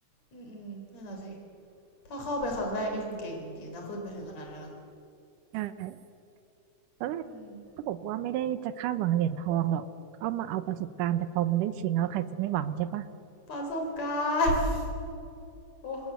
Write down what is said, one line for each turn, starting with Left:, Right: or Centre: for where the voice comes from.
Left: อืมนั่นน่ะสิถ้าเข้าไปครั้งแรกนี่คือเก่งจริงๆถ้าขึ้นไปถึงขนาดนั้นนะ
Right: ใช่ตอนแรกก็บอกว่าไม่ได้จะคาดหวังเหรียญทองหรอกเอามาเอาประสบการณ์แต่พอมันได้ชิงแล้วใครจะไม่หวังใช่ปะ
Left: อประสบการณ์โอ้